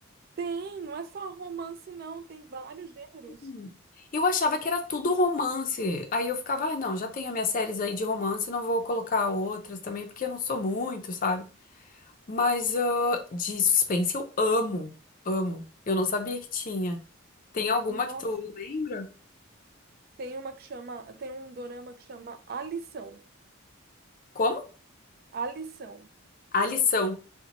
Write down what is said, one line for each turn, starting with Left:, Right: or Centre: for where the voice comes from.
Right: Tem, não é só romance, não, tem vários gêneros.
Left: Hum. Eu achava que era tudo romance. Aí eu ficava, ah, não, já tenho as minhas séries aí de romance, não vou colocar outras também, porque eu não sou muito, sabe? Mas ah, de suspense eu amo, amo. Eu não sabia que tinha. Tem alguma
Right: Nossa,
Left: que tu lembra?
Right: tem uma que chama, tem um dorama que chama A Lição.
Left: Como?
Right: A Lição.
Left: A lição.